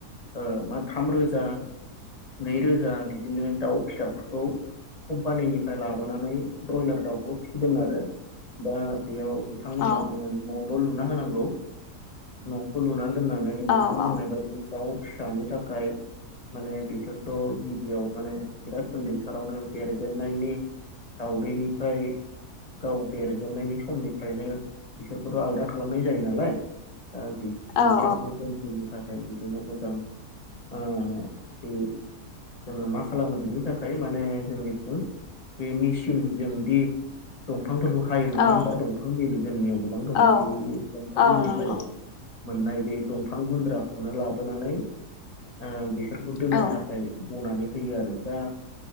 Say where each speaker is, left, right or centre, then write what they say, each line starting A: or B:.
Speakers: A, on the left; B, on the left.
A: ओ मा थाम रोजा नैरोजा बिदिनो दाउ फिसाफोरखौ कम्पानिनिफ्राय लाबोनानै ब्रयलार दाउखौ फिसिदों आरो दा बेयाव बिथांमोननो
B: औ
A: जोङो नल लुना होनांगौ नखौ लुनानै दोननानै नोंथां
B: औ
A: बुंनाय बायदिनो दाउ फिसानि थाखाय माने बिसोरथ' गिबियाव माने बिराद उन्दै थारावनो बेरजेननायनि दावउदैनिफ्राय गाव देर जोबनायनि समनिफ्रायनो बिसोरखौथ' आलदा खालामनाय जायो नालाय ओ बि- बिसोरखौ
B: औ
A: दोनफ्लेनो थाखाय बिदिनो मोजां ओ बे जोङो मा खालामो बिनि थाखाय माने जोंनिथिं बे मिसिनजोंदि दंफांफोरखौ हायो नङा
B: औ
A: होमबा दंफां मिल जोंनियाव गोबां दङ
B: औ
A: बे दंफां
B: औ
A: मिलनिफ्राय
B: नंगौ
A: मोननाय बे दंफां गुन्द्राखौनो लाबोनानै ओ बिसोर दोननो
B: नोंथां औ
A: थाखाय बनानै होयो आरो दा